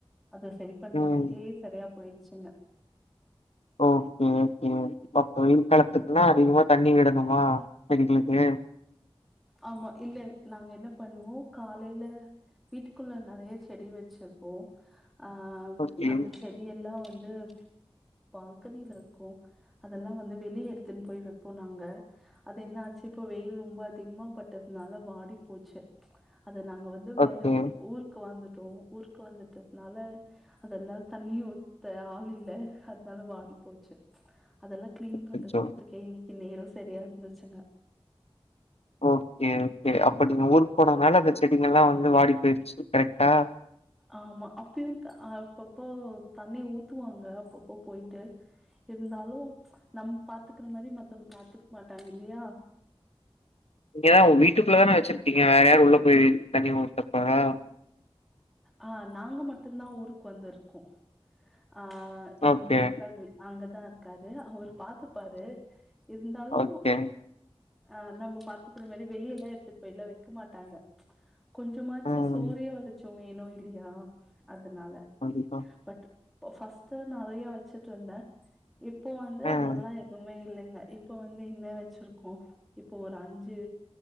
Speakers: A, in the centre; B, on the left (about 90°).
A: அத செரி பண்றதுக்கே
B: ம்
A: சரியா போயிருச்சுங்க
B: ஓகே ம் ம் ப்ப வெயில் காலத்துக்குன்னா அதிகமா தண்ணிவிடணுமா செடிகளுக்கு
A: ஆமா இல்ல நாங்க என்ன பண்ணுவோ காலைல வீட்டுக்குள்ள நறைய செடி வச்சிருப்போ ஆ
B: ஓகே
A: அந்த செடி எல்லா வந்து பால்கனில இருக்கூ அதெல்லா வந்து வெளிய எடுத்துன் போய் வெப்போ நாங்க அது என்னா ச்சி இப்ப வெயில் ரொம்ப அதிகமா பட்டதுனால வாடி போச்சு அத நாங்க வந்து வேற
B: ஓகே
A: ஊர்க்கு வந்துட்டோ ஊர்க்கு வந்துட்டத்னால அதெல்லா தண்ணி ஊத்த ஆள் இல்ல அதனால வாடி போச்சு அதெல்லா கிளீன்
B: அச்சச்சோ
A: பண்றத்துக்கே இன்னைக்கி நேரோ சரியா இருந்துச்சுங்க
B: ஓகே ஓகே அப்ப நீங்க ஊர்க்கு போனனால அந்த செடிங்கலா வந்து வாடி போயிட்ச்சி கரெக்ட்டா
A: ஆமா அப்பையு ஆ அப்பப்போ தண்ணி ஊத்துவாங்க அப்பப்போ போயிட்டு இருந்தாலு நம்ம பாத்துக்கிற மாரி மத்தவுங்க பாத்துக்க மாட்டாங்க இல்லையா
B: இங்கதா வீட்டுக்குள்ள தான வச்சிருப்பீங்க வேற யார் உள்ள போயி தனி ஊத்தப்போறா
A: அ நாங்க மட்டுந்தா ஊருக்கு வந்திருக்கோ அ எங்க
B: ஓகே
A: வீட்டுக்காரு அங்கதா இருக்காரு அவுரு பாத்துப்பாரு இருந்தாலு
B: ஓகே
A: ஆ நம்ம பாத்துக்கிற மாரி வெளியல்லா எடுத்துட்டுப்போயிலா வெக்க மாட்டாங்க கொஞ்சமாச்சு
B: ம்
A: சூரிய வெளிச்சோ வேணு இல்லையா அதனால
B: கண்டிப்பா
A: பட் ஃப ஃபஸ்ட்டு நறையா வச்சுட்ருந்த இப்போ வந்து
B: ம்
A: அதெல்லா எதுவுமே இல்லைங்க இப்ப வந்து என்ன வச்சிருக்கோ இப்போ ஒரு அஞ்சு